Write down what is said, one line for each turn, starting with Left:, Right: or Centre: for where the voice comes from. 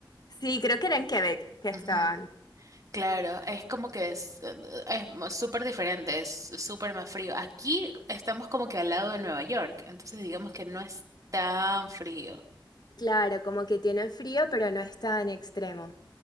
Left: Sí, creo que era en Quebec que estaban.
Right: ujú, Claro, es como que es, eh, es mo- súper diferente, es súper más frío. Aquí estamos como que al lado de Nueva York, entonces digamos que no es tan frío.
Left: Claro, como que tienen frío, pero no es tan extremo.